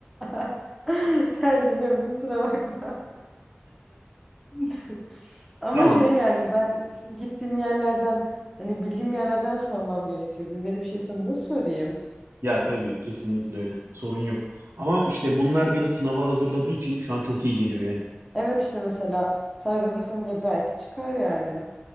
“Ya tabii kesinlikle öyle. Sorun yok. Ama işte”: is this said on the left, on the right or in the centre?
Right